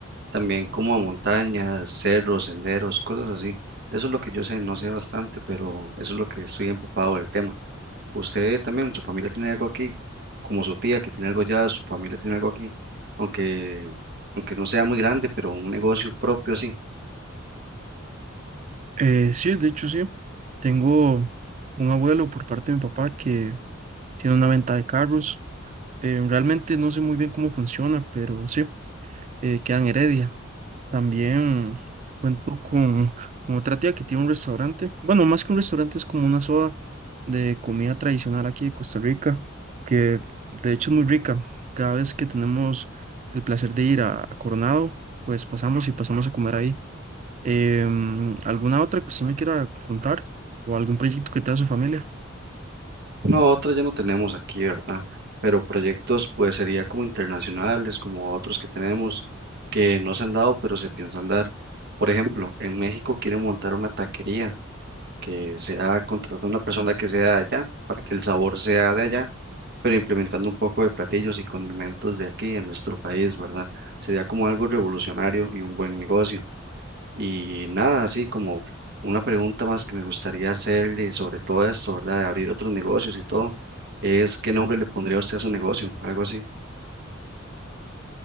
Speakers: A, on the right; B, on the right.
A: también como a montañas, cerros, senderos, cosas así. Eso es lo que yo sé, no sé bastante, pero eso es lo que estoy empapado del tema. Usted también, su familia tiene algo aquí, como su tía que tiene algo allá, su familia tiene algo aquí, aunque, aunque no sea muy grande, pero un negocio propio así.
B: Eh, sí, de hecho sí. Tengo un abuelo por parte de mi papá que tiene una venta de carros. Eh, realmente no sé muy bien cómo funciona, pero sí, eh, queda en Heredia. También cuento con, con otra tía que tiene un restaurante. Bueno, más que un restaurante, es como una soda de comida tradicional aquí de Costa Rica, que de hecho es muy rica. Cada vez que tenemos el placer de ir a, a Coronado, pues pasamos y pasamos a comer ahí. Em, ¿alguna otra que usted me quiera contar? ¿O algún proyecto que tenga su familia?
A: No, otras ya no tenemos aquí, ¿verdad? Pero proyectos, pues sería como internacionales, como otros que tenemos que no se han dado, pero se piensan dar. Por ejemplo, en México quieren montar una taquería que sea contratar a una persona que sea de allá para que el sabor sea de allá, pero implementando un poco de platillos y condimentos de aquí en nuestro país, ¿verdad? Sería como algo revolucionario y un buen negocio. Y nada, así como una pregunta más que me gustaría hacerle sobre todo esto, ¿verdad? De abrir otros negocios y todo, es ¿qué nombre le pondría usted a su negocio? Algo así.